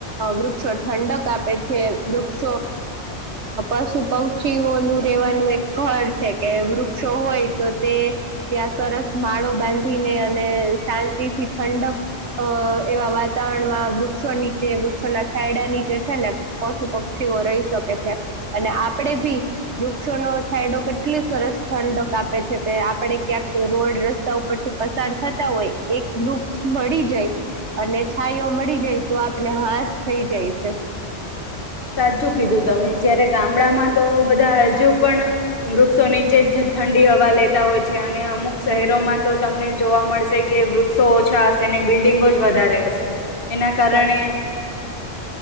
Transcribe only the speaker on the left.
સાચું કીધું તમે જયારે ગામડામાં તો બધા હજુ પણ વૃક્ષો નીચે જ ઠંડી હવા લેતા હોય છે, અને અમુક શહેરોમાં તો તમને જોવા મળશે કે વૃક્ષો ઓછા હશે, બિલ્ડિંગો જ વધારે હશે એના કારણે